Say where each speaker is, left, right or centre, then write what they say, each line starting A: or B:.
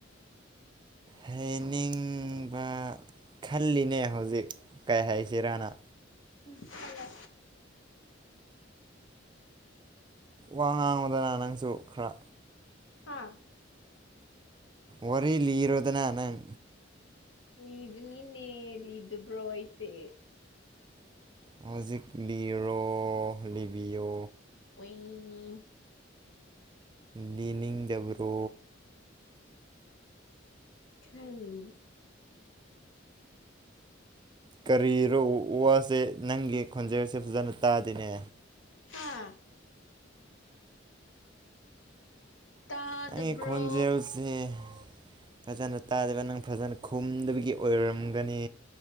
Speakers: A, on the right (about 25°); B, on the left (about 80°).
A: ꯍꯦꯅꯤꯡꯕ ꯈꯜꯂꯤꯅꯦ ꯍꯧꯖꯤꯛ ꯀꯩ ꯍꯥꯏꯁꯤꯔꯥꯅ
B: ꯎꯝ ꯈꯟꯂꯣ
A: ꯋꯥ ꯉꯥꯡꯉꯣꯗꯅ ꯅꯪꯁꯨ ꯈꯔ
B: ꯍꯥꯥ
A: ꯋꯥꯔꯤ ꯂꯤꯔꯣꯗꯅ ꯅꯪ
B: ꯂꯤꯕꯅꯤꯅꯦ ꯂꯤꯗꯕ꯭ꯔꯣ ꯑꯩꯁꯦ
A: ꯍꯧꯖꯤꯛ ꯂꯤꯔꯣ ꯂꯤꯕꯤꯌꯣ
B: <unintelligible>
A: ꯂꯤꯅꯤꯡꯗꯕ꯭ꯔꯣ
B: <unintelligible>
A: ꯀꯔꯤꯔꯣ ꯋꯥꯁꯦ ꯅꯪꯒꯤ ꯈꯣꯟꯖꯦꯜꯁꯦ ꯐꯖꯅ ꯇꯗꯦꯅꯦ
B: ꯍꯥꯥ ꯇꯥꯗꯕ꯭ꯔꯣ
A: ꯅꯪꯒꯤ ꯈꯣꯟꯖꯦꯜꯁꯦ ꯐꯖꯅ ꯇꯥꯗꯕ ꯅꯪ ꯐꯖꯅ ꯈꯨꯝꯗꯕꯒꯤ ꯑꯣꯏꯔꯝꯒꯅꯤ